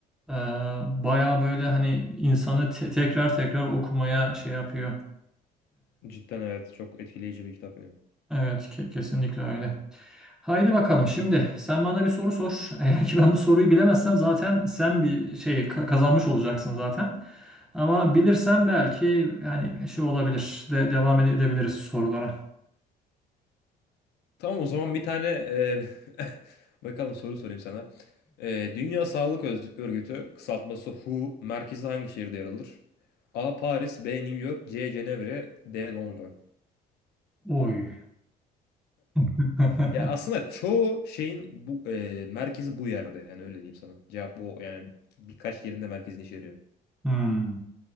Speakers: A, in the centre; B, on the left.
A: Ee, baya böyle hani insanı te- tekrar tekrar okumaya şey yapıyor.
B: Cidden evet çok etkileyici bir kitap yani.
A: Evet, ke- kesinlikle öyle. Haydi bakalım şimdi sen bana bir soru sor. <laughs> Eğer ki ben bu soruyu bilemezsem zaten sen bir şey ka- kazanmış olacaksın zaten. Ama bilirsem belki yani şey olabilir de devam ede- edebiliriz sorulara.
B: Tamam o zaman bir tane e, <laughs> bakalım soru sorayım sana. E, Dünya Sağlık Öz- Örgütü kısaltması WHO merkezi hangi şehirde yer alır? A. Paris, B. New York, C. Cenevre, D. Londra.
A: Oy. <laughs>
B: Ya aslında çoğu şeyin bu e, merkezi bu yerde yani öyle diyeyim sana. Cevap o yani birkaç yerinde merkezini içeriyor.
A: Hmm.